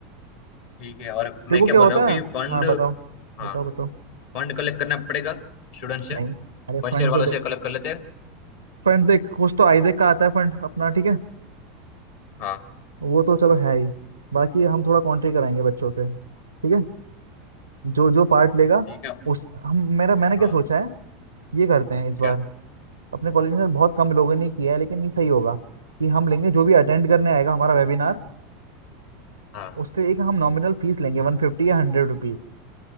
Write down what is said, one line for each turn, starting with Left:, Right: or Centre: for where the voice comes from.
Left: ठीक है और मैं
Right: देखो
Left: क्या
Right: क्या
Left: बोल
Right: होता
Left: रहा हूँ कि
Right: है
Left: फंड
Right: हाँ बताओ
Left: हाँ
Right: बताओ बताओ
Left: फंड कलेक्ट करना पड़ेगा स्टूडेंट से
Right: नहीं अरे
Left: फर्स्ट
Right: फंड
Left: ईयर वालों
Right: तो
Left: से
Right: दे
Left: कलेक्ट कर लेते हैं
Right: फंड देख कुछ तो आइजेक का आता है फंड अपना ठीक है
Left: हाँ
Right: वो तो चलो है ही बाकी हम थोड़ा कॉन्ट्री कराएंगे बच्चों से ठीक है जो जो पार्ट लेगा
Left: ठीक है
Right: उस हम मेरा मैंने क्या
Left: हाँ
Right: सोचा है ये करते हैं इस बार
Left: क्या
Right: अपने कॉलेज में बहुत कम लोगों ने किया है लेकिन ये सही होगा कि हम लेंगे जो भी अटेंड करने आएगा हमारा वेबिनार
Left: हाँ
Right: उससे एक हम नॉमिनल फीस लेंगे वन फिफ्टी या हंड्रेड रुपीज